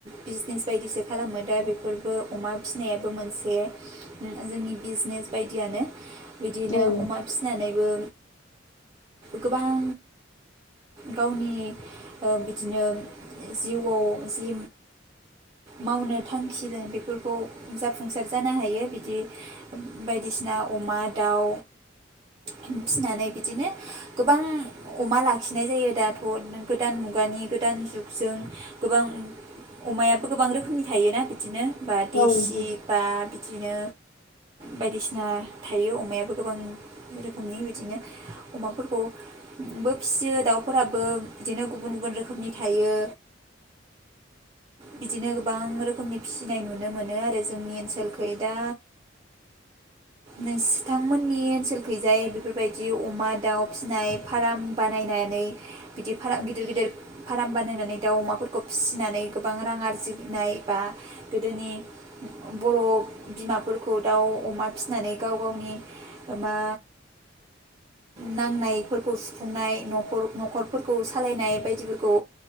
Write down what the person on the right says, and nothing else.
बिजनेस बायदिसो खालामो दा बेफोरबो अमा फिनायाबो मोनसे ओ जोंनि बिजनेस बायदियानो। बिदिनो
अमा फिसिनानैबो। गोबां गावनि ओ बिदिनो जिउआव जि मावनो थांखिजों बेफोरखौ जाफुंसार जानो हायो बिदि बायदिसिना अमा दाउ फिसिनानै बिदिनो गोबां अमा लाखिनाय जायो दाथ' गोदान मुगानि गोदान जुगजों गोबां अमायाबो गोबां रोखोमनि थायोना बिदिनो। बा
देसि
बा बिदिनो बायदिसिना थायो अमायाबो गोबां रोखोमनि बिदिनो। अमाफोरखौबो फिसियो दाउफोराबो बिदिनो गुबुन गुबुन रोखोमनि थायो बिदिनो गोबां रोखोमनि फिसिनाय नुनो मोनो आरो जोंनि ओनसोलखै दा नोंस थांमोननि ओनसोलखैजाय बेफोरबायदि दि अमा दाउ फिसिनाय फाराम बानायनानै बिदि फाराम गिदिर गिदिर फाराम बानायनानै दाउ अमाफोरखौ फिसिनानै गोबां रां आरजिनाय बा गोदोनि बर' बिमाफोरखौ दाउ अमा फिसिनानै गाव गावनि मा नांनायफोरखौ सुफुंनाय न'खर न'खरफोरखौ सालायनाय बायदिफोरखौ